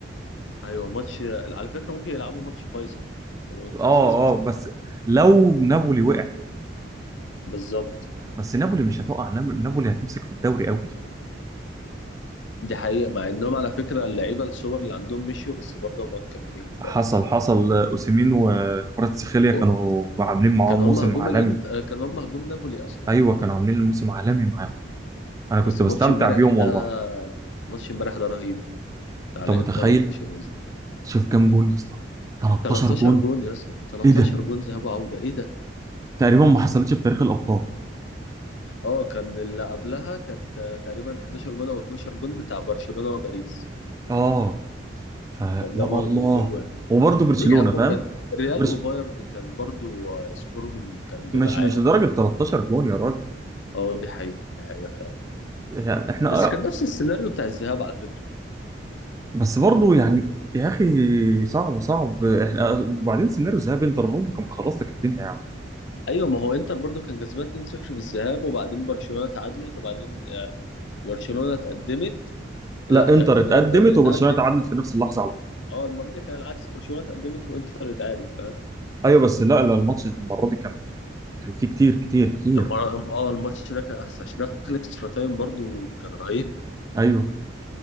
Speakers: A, on the left; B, on the right.
A: ايوه ماتش على فكره ممكن يلعبوا ماتش فيصل وانتر
B: اه
A: كسبته
B: اه بس لو نابولي وقع
A: بالظبط
B: بس نابولي مش هتقع ناب- نابولي هتمسك في الدوري قوي
A: دي حقيقة مع انهم على فكرة اللعيبة السوبر اللي عندهم مشيوا بس برضه هم مكملين فاهم
B: حصل حصل اوسيمين وكفاراتسخيليا كانوا
A: و-
B: عاملين معاهم
A: كان هم
B: موسم
A: هجوم
B: عالمي
A: الانت آه، كان هم هجوم نابولي اصلا
B: ايوه كانوا عاملين الموسم عالمي معاهم انا
A: بس
B: كنت بستمتع
A: ماتش امبارح
B: بيهم
A: ده
B: والله
A: ماتش امبارح ده رهيب بتاع
B: انت
A: الانتر
B: متخيل
A: وبرشلونة
B: شوف كام جون يا اسطى 13
A: 13
B: جون
A: جون يا اسطى 13
B: ايه ده
A: جون ذهاب وعودة ايه ده
B: تقريبا ما حصلتش في تاريخ الابطال
A: اه كان اللي قبلها كانت آه، تقريبا 11 جون او 12 جون بتاع برشلونة وباريس
B: اه فيا
A: كان
B: الله
A: ده برضه في جوان
B: وبرضه برشلونة
A: ليه يا عم
B: فاهم
A: كان ريال
B: برش...
A: وبايرن كان برضه آه، سكورهم كان بيبقى
B: مش
A: عالي
B: مش لدرجة 13 جون يا راجل
A: اه دي حقيقة دي حقيقة فعلا
B: يعني احنا
A: بس كان نفس السيناريو بتاع الذهاب على فكره
B: بس برضه يعني يا اخي صعب صعب احنا وبعدين سيناريو ذهاب انتر ممكن كان خلص لك الدنيا يا عم
A: ايوه ما هو انتر برضو كان كسبان 2-0 في الذهاب وبعدين برشلونه تعادلت وبعدين آه، برشلونه اتقدمت لا
B: لا انتر
A: آه، كان
B: اتقدمت
A: انتر اللي اتقدم
B: وبرشلونه تعادلت في نفس اللحظه على طول
A: اه المره دي كان العكس برشلونه اتقدمت وانتر اللي اتعادل فاهم
B: ايوه بس لا لا الماتش المره دي كان كان فيه كتير كتير كتير
A: المره اه آه، الماتش ده كان احسن عشان دخل اكسترا تايم برضو كان رهيب
B: ايوه